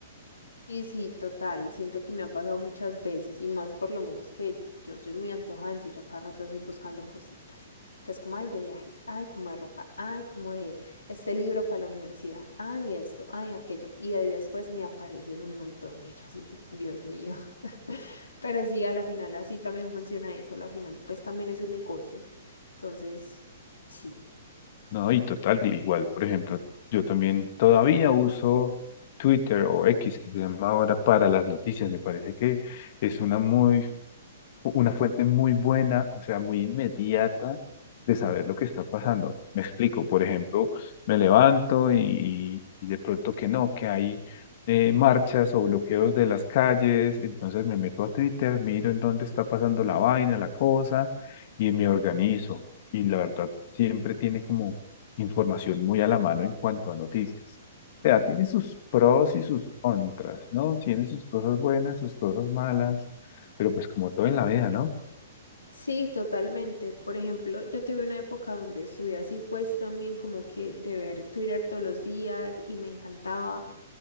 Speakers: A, on the left; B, on the left.
A: Sí, sí, total. Siento que me ha pasado muchas veces y más por lo menos que yo soy muy antojada, entonces yo a cada rato estoy buscando cositas. Entonces, como ay de viajes, ay, como de ropa, ay, como de este libro para la universidad, ay, esto, ay, aquello. Y ahí después me aparecen un montón <laughs> y yo así, Dios mío. <laughs> Pero sí, a la final así también funciona eso. A la final, pues también es un negocio. Entonces, sí.
B: No, y total, igual, por ejemplo, yo también todavía uso Twitter o X, que se llama ahora, para las noticias. Me parece que es una muy una fuente muy buena, o sea, muy inmediata de saber lo que está pasando. Me explico, por ejemplo, me levanto y, y de pronto que no, que hay eh, marchas o bloqueos de las calles, entonces me meto a Twitter, miro en dónde está pasando la vaina, la cosa, y me organizo. Y la verdad, siempre tiene como información muy a la mano en cuanto a noticias. O sea, tiene sus pros y sus contras, ¿no? Tiene sus cosas buenas, sus cosas malas. Pero pues como todo en la vida, ¿no?
A: Sí, totalmente. Por ejemplo, yo tuve una época donde estuve así, pues también como que de ver Twitter todos los días y me encantaba,